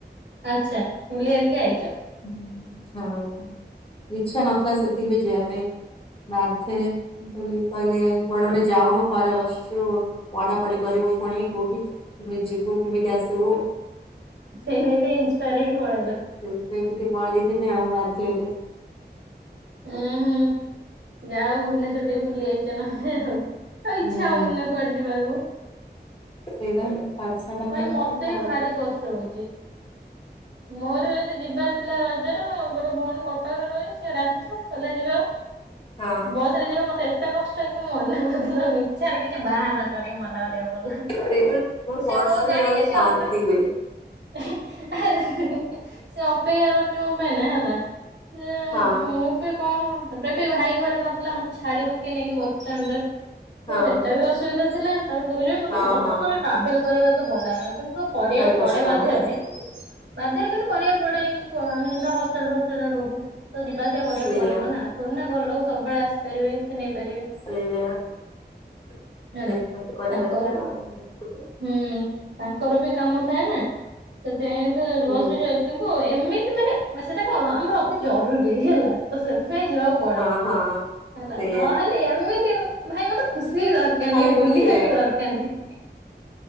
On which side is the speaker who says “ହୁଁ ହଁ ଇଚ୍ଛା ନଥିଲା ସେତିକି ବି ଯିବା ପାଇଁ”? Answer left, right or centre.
Left